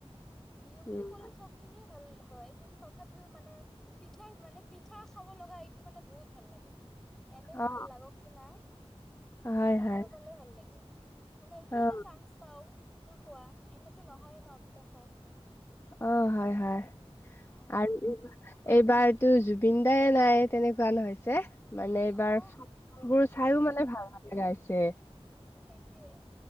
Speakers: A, in the centre; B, on the left.
A: বিহু
B: উম
A: বুলি কলে চব- খিনিয়ে ভাল হয়, কিন্তু তথাপিও মানে পিঠাৰ মানে, পিঠা খাব লগা এইটো মানে বহুত ভাল লাগে। এনেই ভাল
B: অ
A: লাগক কি নাই,
B: অ হয়
A: পিঠা
B: হয়
A: খাব পালে ভাল লাগে। মানে এইটো
B: অ
A: এটা চান্স পাও, পিঠা খোৱা এনেতো নহয়ে ন পিঠা খোৱাখিনি।
B: অঁ, হয় হয়
A: অ',
B: আৰু এই- এইবাৰটো জুবিন দাই নাই, তেনেকুৱা নহৈছে। মানে এইবাৰ
A: অ',
B: ফাংচনবোৰ চাইও মানে ভাল নলগা হৈছে।
A: অঁ, সেইটোৱে,